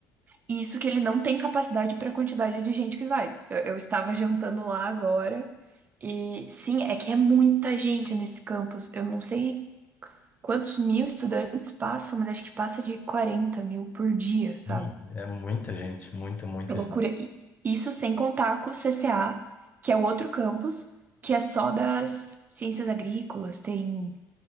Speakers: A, on the right; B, on the left.
A: E Isso que ele não tem capacidade para a quantidade de gente que vai. Eu, eu estava jantando lá agora. E sim, é que é muita gente nesse campus. Eu não sei Quantos mil estudantes passam, mas acho que passa de 40 mil por dia, sabe?
B: Hum, É muita gente, muita, muita
A: É loucura.
B: gente.
A: E isso sem contar com o CCA, que é o outro campus, que é só das ciências agrícolas, tem